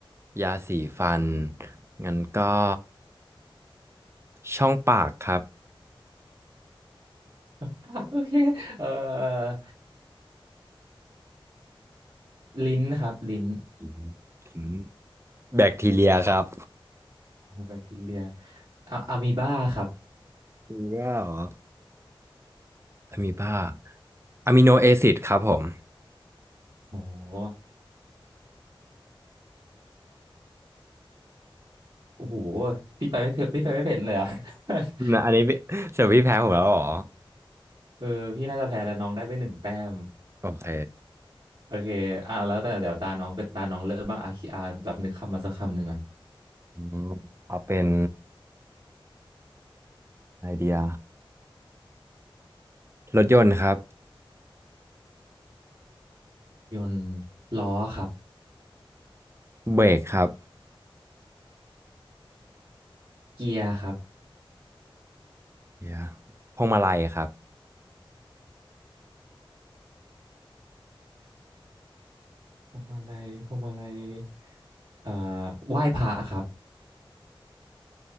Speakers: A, on the right; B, on the right.
A: ยาสีฟันงั้นก็ช่องปากครับ
B: <laughs> โอเคเอ่อลิ้นครับลิ้น
A: อืมอืมแบคทีเรียครับ
B: โอ้โหแบคทีเรียอะอะมีบ้าครับ
A: มีบ้าเหรออะมีบ้าอะมิโนแอซิดครับผม
B: โอ้โหโอ้โหพี่ไปไม่เผ็ดพี่ไปไม่เผ็ดเลยอะ <laughs>
A: นะอันนี้พี่เจอพี่แพ้ผมแล้วเหรอ
B: เออพี่น่าจะแพ้แล้วน้องได้ไปหนึ่งแต้ม
A: โอเค
B: โอเคอ่ะแล้วแต่เดี๋ยวตาน้องเป็นตาน้องเริ่มบ้างอาคีอาแบบนึกคำมาสักคำหนึ่งอะ
A: อืมเอาเป็นไอเดีย รถยนต์ครับ
B: ยนต์ล้อครับ
A: เบรกครับ
B: เกียร์ครับ
A: เดียพวงมาลัยครับ
B: พวงมาลัยพวงมาลัยเอ่อไหว้พระครับ